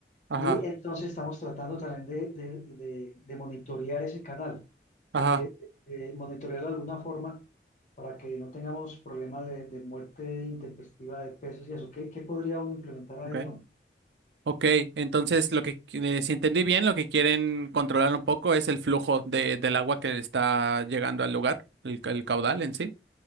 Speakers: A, on the right; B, on the left.
A: ajá,
B: Y entonces estamos tratando también de, de, de- de monitorear ese canal,
A: ajá,
B: de que eh, monitorearlo de alguna forma para que no tengamos problemas de, de muerte intempestiva de peces y eso. ¿Qué, qué podría uno implementar ahí?
A: ok.
B: hombre?
A: Ok, entonces lo que, eh, si entendí bien, lo que quieren controlar un poco es el flujo de, del agua que está llegando al lugar, el, ca- el caudal en sí.